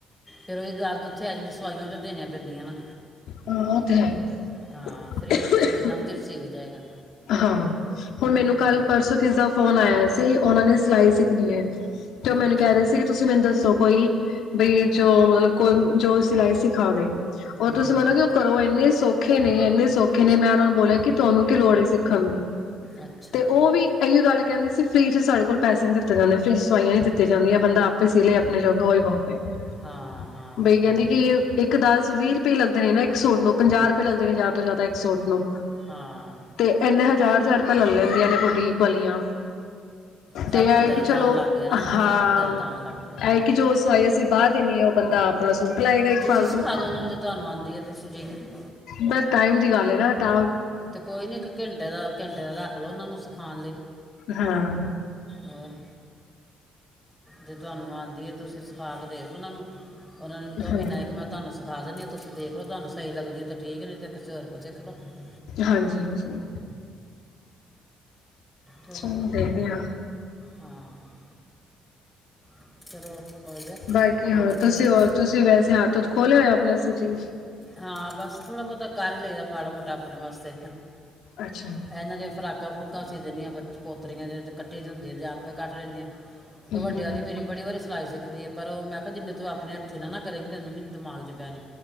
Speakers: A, in the centre; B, on the left.
A: ਫੇਰ ਔਹੀ ਗੱਲ ਤੇ ਉੱਥੇ ਆ ਜਾਂਦੀ ਸਵਾਈਆਂ ਜੌ ਦੇਣਿਆ ਪੈਂਦੀਆਂ ਨਾ।
B: ਹਾਂ ਉਹ ਤੇ ਹੈ ਈ,
A: ਹਾਂ ਫ੍ਰੀ ਵੀ ਕੋਈ ਕਿੰਨਾ ਕੁ ਚਿਰ ਸੀ ਵੀ ਜਾਏਗਾ
B: ਹਾਂ ਹੁਣ ਮੈਨੂੰ ਕੱਲ
A: ਤੇ
B: ਪਰਸੋਂ ਕਿਸੀ ਦਾ ਫੋਨ ਆਇਆ ਸੀ ਓਨਾਂ ਨੇ ਸਿਲਾਈ ਸਿਖ ਤੇ ਔ ਮੈਨੂੰ
A: ਅੱਛਾ
B: ਕਹਿ ਰਹੇ ਸੀ ਕਿ ਤੁਸੀਂ ਮੈਨੂੰ ਦਸ ਦੱਸੋ ਕੋਈ ਬਈ ਜੋ ਮਤਲਬ ਕੋਈ ਜੋ ਸਿਲਾਈ ਸਿਖਾ ਦੇ। ਔਰ
A: ਹੂੰ
B: ਤੁਸੀਂ ਮੰਨੋਗੇ ਓਹ ਘਰੋ ਐਨੇ ਸੌਖੇ ਨੇ ਐਨੇ ਸੌਖੇ ਨੇ ਮੈਂ ਅ ਓਨਾਂ ਨੂੰ ਬੋਲਿਆ ਕਿ ਤੁਹਾਨੂੰ ਕੀ ਲੋੜ ਏ ਸੀ‌। ਖਾਂਦੇ
A: ਅੱਛਾ
B: ਤੇ ਔ ਵੀ ਇਹੀਓ ਗੱਲ ਕਹਿੰਦੇ ਸੀ ਫ੍ਰੀ ਚ ਸਾਡੇ ਕੋਲ ਪੈਸੇ ਨੀ ਦਿੱਤੇ ਜਾਂਣੇ ਫ੍ਰੀ ਚ ਸਵਾਈਆਂ ਨੀ ਦਿੱਤੀ ਜਾਂਦੀਆਂ। ਬੰਦਾ ਆਪੇ ਸੀ ਲੇ ਅਪਣੇ ਜੋਗਾ ਔਹੀ ਬੌਤ ਬਈ
A: ਹਾਂ ਹਾਂ
B: ਕਹਿੰਦੀ ਕਿ ਇੱਕ ਦਸ ਵੀਹ ਰੁ ਲੱਗਦੇ ਨੇ ਨਾ ਇੱਕ ਸੂਟ ਨੂੰ ਪੰਜਾਹ ਰੁਪਏ ਲੱਗਦੇ ਨੇ ਜਿਆਦਾ ਤੋਂ ਜਿਆਦਾ ਇੱਕ ਸੂਟ ਨੂੰ
A: ਹਾਂ
B: ਤੇ ਐਨੇ ਹਜ਼ਾਰ ਹਜ਼ਾਰ ਰੁਪਾ ਲੈ ਲੈਣ <unintelligible> ਵਾਲੀਆਂ
A: ਸਭ
B: ਤੇ
A: ਨੂੰ
B: ਐ
A: ਦਰਦ
B: ਏ ਕਿ ਚਲੋ
A: ਆਉਣ ਲੱਗ ਗਿਆ ਨਾ
B: ਹਾਂ
A: ਸਭ ਨੂੰ ਦਰਦ ਆਉਣ ਲੱਗ ਗਿਆ
B: ਐ ਏ ਕਿ ਜੋ ਸਵਾਈ ਅਸੀ ਬਾਹਰ ਦੇਨੀ ਐ, ਔ ਬੰਦਾ ਆਪ ਤਰਾ ਸੂਟ ਲਏਗਾ ਇੱਕ
A: ਤੁਸੀਂ
B: ਫਾਲਤੂ।
A: ਸਿਖਾ ਦਿਓ ਉਹਨਾਂ ਨੂੰ ਜੇ ਤੁਹਾਨੂੰ ਆਂਦੀ ਹੈ <unintelligible>
B: ਬਸ ਟਾਈਮ ਦੀ ਗੱਲ ਹੈ ਨਾ ਤਾਂ
A: ਤੇ ਕੋਈ ਨੀ ਇੱਕ ਘੰਟੇ ਦਾ ਘੰਟੇ ਦਾ ਰੱਖ ਲਿਓ ਉਹਨਾ ਨੂੰ ਸਿਖਾਣ ਲਈ
B: ਹਾਂ,
A: ਹੋਰ ਜੇ ਤੁਹਾਨੂੰ ਆਂਦੀ ਹੈ ਤੁਸੀਂ <unintelligible> ਉਨਾਂ ਨੂੰ ਕਹੋ
B: ਹਾਂ
A: ਮਹੀਨਾ ਇੱਕ ਮੈਂ ਤੁਹਾਨੂੰ ਸੁ ਖਾ ਦਿੰਦੇ ਆ ਤੁਸੀਂ ਦੇਖ ਲੋ ਤੁਹਾਨੂੰ ਸਹੀ ਲੱਗਦੀ ਤਾਂ ਠੀਕ ਹੈ ਨਹੀਂ ਕਿਸੇ ਹੋਰ ਕੁਛ <unintelligible>
B: ਹਾਂਜੀ ਹਾਂਜੀ
A: ਚਲੋ
B: ਚ ਦੇਖਦੇ ਆ
A: ਹਾਂ <inaudible>
B: ਬਾਕੀ ਹਾਂ
A: ਹੋ ਫ੍ਰੀ
B: ਤੁਸੀਂ ਹੋਰ ਤੁਸੀਂ ਵੈਸੇ ਹੱਥ ਹਥ ਖੋਲਲੇ ਹੋਆ ਆਪਣਾ ਜ ਜੀ
A: ਹਾਂ ਬਸ ਥੋੜਾ ਬਹੁਤਾ ਘਰ ਲਈਦਾ ਮਾੜਾ ਮੋਟਾ ਆਪਣੇ ਵਾਸਤੇ
B: ਅੱਛਾ
A: ਇਹਨਾਂਆਂ ਫਰਾਕਾਂ ਫਰੂਕਾਂ ਸੀ ਦਿੰਦੀਾਂ ਪੋਤਰੀਆਂ ਦੇ ਕੱਟੀ ਦੀ ਹੁੰਦੀ ਜ ਆਪੇ ਕੱਟ ਲੈਂਦੇ ਹਾਂ ਤੇ
B: ਹਮ
A: ਵੱਡੇ ਵਾਲੀ ਮੇਰੀ ਬੜੀ ਵਾਰੀ ਸਿਈ ਸੀ ਪਰ ਉਹ ਮੈਂ ਕਿਹਾ ਜਿੰਨੇ ਤੂੰ ਆਪਣੇ ਹੱਥੀ ਨਾ ਨਾ ਕਰੇਗੀ ਤੈਨੂੰ ਦਿਮਾਗ 'ਚ ਬਹਿਣੀ